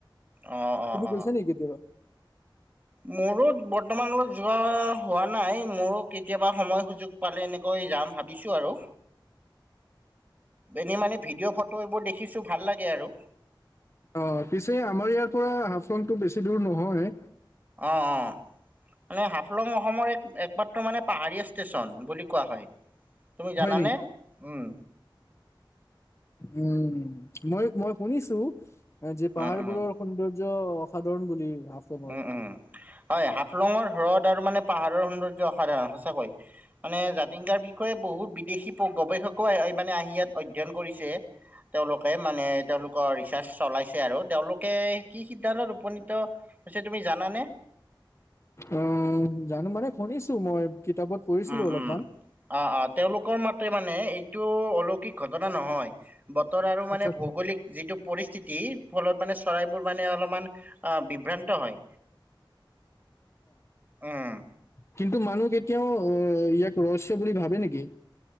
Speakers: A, on the right; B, on the left.
A: অ অ
B: তুমি
A: অ
B: গৈছা নি কেতিয়াবা?।
A: মোৰো বৰ্ত বৰ্তমান অলত যোৱা হোৱা নাই মোৰ কেতিয়াবা সময় সুযোগ পালে এনেকৈ যাম ভাবিছোঁ আৰু। এনেই মানে ভিডিঅ' ফটো এইবোৰ দেখিছোঁ ভাল লাগে আৰু।
B: অ', পিছে আমাৰ ইয়াৰ পৰা হাফলংটো বেছি দূৰ নহয়।
A: অ', অ', মানে হাফলং অসমৰ এক-একমাত্ৰ মানে পাহাৰীয়া ষ্টেচন, বুলি কোৱা হয়। তুমি জানানে
B: হয় নেকি?
A: উম
B: উম, মই-মই শুনিছো যে পাহাৰবোৰৰ
A: উম উম
B: সৌন্দৰ ৰ্য অসাধাৰণ বুলি। হাফলঙৰ।
A: উম, উম। হয় হাফ ফ্লঙৰ হ্ৰদ আৰু মানে পাহাৰৰ সৌন্দৰ্য অসাধাৰণ, সঁচ কৈ, মানে জাতিংগাৰ বিষয়ে বহু বি দেশী ব-গৱেষকও মানে আহি ইয়াত অধ্যয়ন কৰিছে, তেওঁলোকে মানে তেওঁলোক কৰ ৰিচাৰ্চ চলাইছে আৰু, তেওঁলোকে কি সিদ্ধান্তত উপনীত হৈছে তুমি জানানে?
B: অ', জানো মানে শুনিছো মই কিতাপত পঢ়িছিলো
A: উম,
B: অলপমান।
A: উম, অ', অ। তেওঁলোকৰ মাতে মানে এইটো অলৌকিক ঘটনা নহয়। বতৰ আৰু মানে
B: আচ্ছা।
A: ভৌগোলিক যিটো পৰিস্থিতি, ফলত মানে চৰাইবোৰ মানে অলপমান বিভ্ৰান্ত হয় আহ
B: কিন্তু মানুহ কেতিয়াও আহ ইয়াক ৰহস্য বুলি ভাবে নেকি?